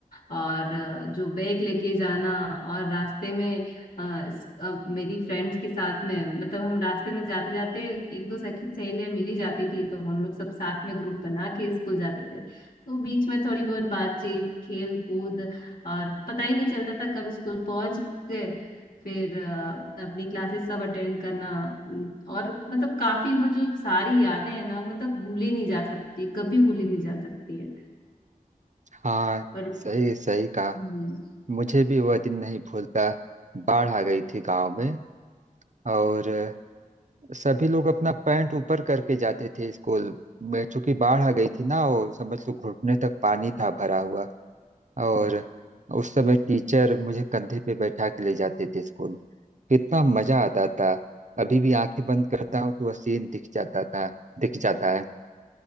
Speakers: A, on the left (about 80°); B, on the right (about 60°).
A: और अ, जो बैग लेके जाना और रास्ते में अ, इस- अ, मेरी फ्रेंड्स के साथ में मतलब हम रास्ते में जाते जाते एक दो सखी सहेलियां मिली जाती थी तो हम लोग सब साथ में ग्रुप बना के स्कूल जाते थे तो बीच में थोड़ी बहुत बातचीत खेल कूद और पता ही नहीं चलता था कब स्कूल पहुंच गए फिर अ, अपनी क्लासेस सब अटेंड करना उम, और मतलब काफी वो जो सारी यादें हैं ना मतलब भूली नहीं जा सकती कभी भूली नहीं जा सकती है
B: हाँ
A: और
B: सही सही कहा
A: हम्म
B: मुझे भी वह दिन नहीं भूलता बाढ़ आ गई थी गांव में और सभी लोग अपना पैंट ऊपर करके जाते थे स्कूल में चूंकि बाढ़ आ गई थी ना वो समझ लो घुटने तक पानी था भरा हुआ और उस समय टीचर मुझे कंधे पे बैठा के ले जाते थे स्कूल कितना मजा आता था अभी भी आंखें बंद करता हूँ तो वह सीन दिख जाता था दिख जाता है